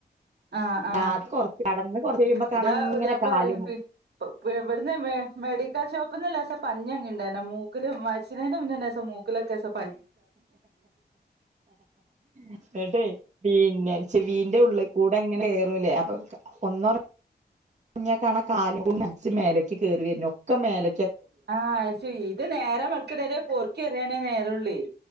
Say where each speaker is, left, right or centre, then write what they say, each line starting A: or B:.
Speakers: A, on the right (about 75°); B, on the right (about 45°).
A: ആഹ്
B: നാർത്ത
A: ആഹ്
B: ഒർക് കടന്ന് ക്കൊറച്ച് ചയിമ്പൊകാണ
A: ഇന്റെ പുതിയാപ്പള
B: ഇങ്ങനെ കാലു
A: പറയും ഇവിടുന്ന് മെഡിക്കൽ ഷോപ്പ്ന്ന് ലേസം പഞ്ഞി വാങ്ങിണ്ടായിനു മൂക്കിലും മരിച്ച്ണന്റെ മുന്നേ ലേസം മൂക് മൂക്കിൽ ഒക്കേസം
B: ഇന്നട്ടേയ് പിന്നെ ച്ചെവീന്റെ ഉള്ള്കൂടെ ഇങ്ങനെ കേറൂലേ അപ്പൊ ഒന്ന് ഒറ റങ്ങിയാ കാണാ കാലൂമേരിച്ച് മേലക്ക് കേറി വര്ന് ഒക്കെ മേലെ
A: ആ ആഹ് ശരി ഇത് നേരം വെളുക്ക്ണ വരെ പൊർക്കി എറിയാനേ നേരൊള്ളെയി